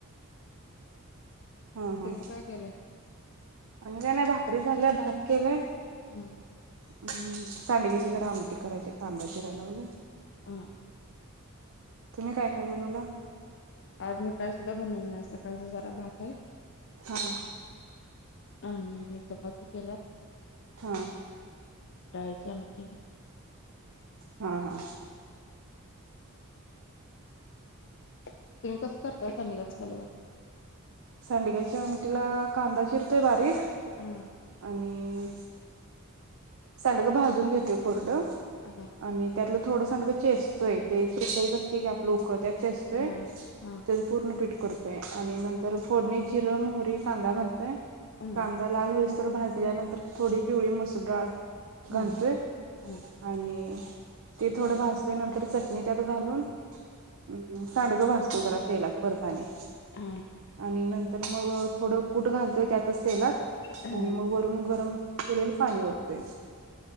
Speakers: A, on the right (about 65°); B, on the left (about 55°).
A: हा हा
B: तुम्ही काय केलंय
A: आणि काय नाइ भाकरी झाल्या भात केलाय.
B: हम्म
A: हम्म सांडग्याची जरा आमटी करायचीय कांदा चिराय लागलोय.
B: हा.
A: तुम्ही काय काय बनवला?
B: आज मी काय सुद्धा बनलं नाइ सकाळचा जरा भात हाय.
A: हा.
B: आणि चपाती केल्यात
A: हा
B: डाळीची आमटी.
A: हा हा.
B: तुम्ही कसं करताय सांडग्याचं कालवण?
A: सांडग्याच्या आमटीला कांदा चिरतोय बारीक
B: हा
A: आणि सांडगं भाजून घतोय कोरडं
B: हा
A: आणि त्यातलं थोड सांडग चेचतोय ते <unintelligible>
B: हा
A: असते की आपलं उकळत्यात चेचतोय
B: हा हा
A: तेज पूर्ण पीठ तोय आणि नंतर
B: हा
A: फोडणी जिरं, मोहरी, कांदा घालतोय
B: हा
A: कांदा लाल होईस भाजल्यानंतर थोडी पिवळी मसूर डाळ घालतोय
B: हम्म हम्म
A: आणि ते थोडं भाजतोय नंतर चटणी त्यात घालून अं हम्म सांडगं भाजतोय जरा तेलात परत आणि
B: हा.
A: आणि नंतर मग थोडं कूट घालतोय त्यातचं तेलात
B: हा
A: आणि म वरून गरम केलेलं पाणी वत्तोय.